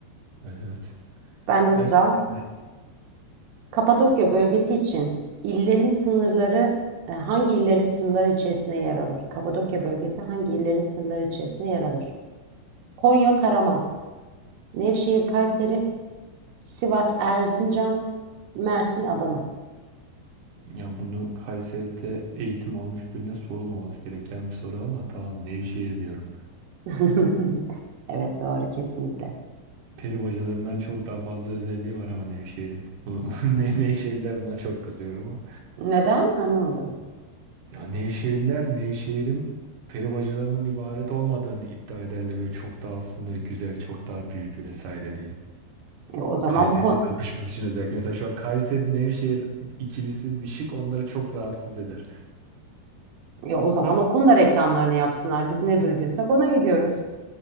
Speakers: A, on the right; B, on the right.
A: Evet evet.
B: Ben de
A: Evet,
B: sıra.
A: sen de.
B: Kapadokya bölgesi için illerin sınırları e, hangi illerin sınırları içerisinde yer alır? Kapadokya bölgesi hangi illerin sınırları içerisinde yer alır? Konya, Karaman, Nevşehir, Kayseri, Sivas, Erzincan, Mersin, Adana.
A: Ya bunu Kayseri'de eğitim almış birine sorulmaması gereken bir soru ama tamam Nevşehir diyorum.
B: <laughs> Evet doğru kesinlikle.
A: Peri bacalarından çok daha fazla özelliği var ama Nevşehir'in. Bunu, <laughs> Ne- Nevşehirliler buna çok kızıyor ama.
B: Neden? Anlamadım.
A: Ya Nevşehirler Nevşehir'in perivacılarından ibaret olmadığını iddia ederler ve çok daha aslında güzel, çok daha büyük vesaire diye.
B: E, o zaman
A: Kayseri'yle
B: bu konu
A: kapışmak için özellikle. Mesela şu an Kayseri Nevşehir ikilisi bir şık onları çok rahatsız eder.
B: ya o zaman o konuda reklamlarını yapsınlar. Biz ne duyduysak ona gidiyoruz.